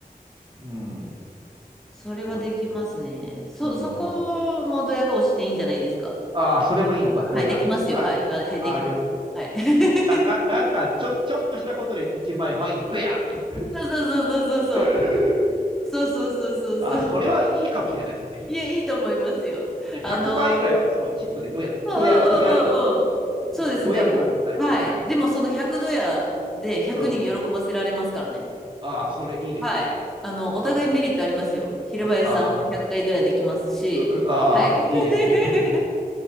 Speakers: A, on the right (about 30°); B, in the centre.
A: ん。
B: それはできますね。
A: でも、
B: そ、
A: うん。
B: そこもドヤ顔していいんじゃないですか。
A: ああ、それもいいのか、
B: 了解ですかはい、
A: ドヤって。
B: できますよ。
A: はい。
B: はい。あ、はい、
A: ああ、
B: できます。
A: りょ、
B: はい。<laughs>
A: な、な、なんか、ちょ、ちょっとしたことで1万円、はい、ドヤって。
B: そうそうそうそうそうそう。
A: <laughs>
B: そうそうそうそうそう。
A: ああ、それはいいかもしれないですね。
B: いや、いいと思いますよ。
A: じゃあ、
B: あの、
A: 100万円ぐらいは、
B: うん
A: そのチップでドヤ、
B: うんうんうんうん。
A: ドヤ、ドヤり、
B: そうですね。
A: ドヤのために使います。
B: ひゃくはい。
A: はい。
B: でもその100ドヤで100人喜ばせられますからね。
A: うん。ああ、それいいですね。
B: はい。あの、
A: あ
B: お互いメリットありますよ。平林さんは100回ドヤできますし。
A: あ、ああ、うああ、
B: はい。<laughs>
A: いいですね。